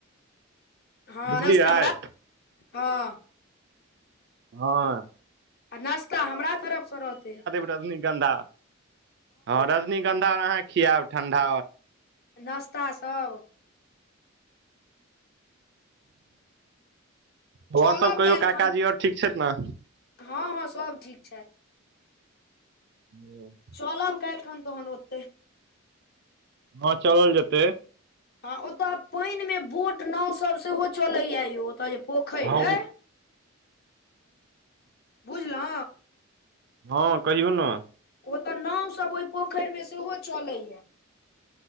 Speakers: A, on the left; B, on the right.
A: हँ
B: बुझलियै
A: नास्ता हमरा हँ
B: हँ
A: आ नाश्ता हमरा तरफसँ रहतै।
B: रजनीगंधा हँ रजनीगंधा अहाँ खियैब ठंडा
A: नास्ता सब
B: हु
A: चलब
B: ओर सब कहियौ
A: काल्हिखन
B: काकाजी ओर ठीक छथि ने
A: हँ हँ सोब ठीक छैथ।
B: <inaudible>
A: चोलब काइलखन तहन ओतै
B: हँ चलल जेतै
A: हँ ओत पइन मे बोट नाव सब सेहो चलैया यौ ओत जे पोखरि
B: हँ हुँ
A: अए बुझलौ
B: ह कहियो न
A: ओतऽ नाव सब ओहि पोखरि मे सेहो चले या